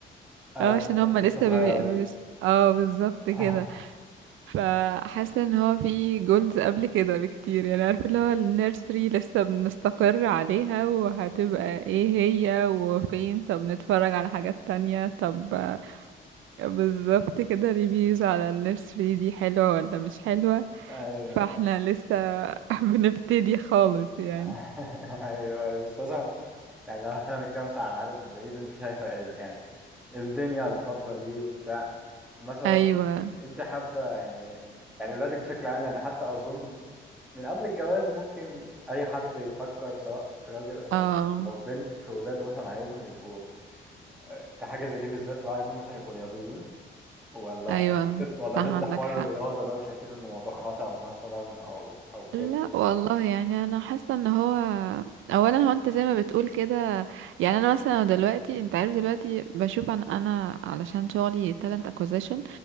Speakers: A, in the centre; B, on the right (about 80°).
A: عشان
B: اه عشان هما
A: لسه
B: لسه
A: صغيرين
B: بي... بي... اه بالظبط كده
A: <laughs>
B: فحاسه ان هو في جولز قبل كده بكتير يعني عارف اللي هو النيرسري لسه بنستقر عليها وهتبقى ايه هي وفين طب نتفرج على حاجات تانية طب آه، بالظبط كده ريفيوز على النيرسري دي حلوة ولا مش حلوة
A: ايوه
B: فاحنا لسه <laughs> بنبتدي خالص يعني
A: <laughs> ايوه ايوه بس مثلا يعني لو احنا بنتكلم مثلا على الهدف البعيد انت شايفه ال- يعني الدنيا الفترة دي وبتاع مثلا
B: ايوه
A: انت حابة يعني يعني ولادك بشكل عام يعني حتى اظن من قبل الجواز ممكن اي حد يفكر سواء راجل
B: <clears throat>
A: او
B: اه
A: او بنت في ولاده مثلا عايزهم يبقوا آه، في حاجة زي دي بالذات اللي هو عايزهم مثلا يبقوا رياضيين ولا
B: ايوه
A: ضد ولا
B: صح
A: ضد
B: عندك
A: حوار
B: حق
A: الرياضة ده وشايفين انه موضوع خطر مثلا او او كده
B: لا والله يعني انا حاسه ان هو اولا هو انت زي ما بتقول كده يعني انا مثلا دلوقتي انت عارف دلوقتي بشوف انا انا علشان شغلي talent acquisition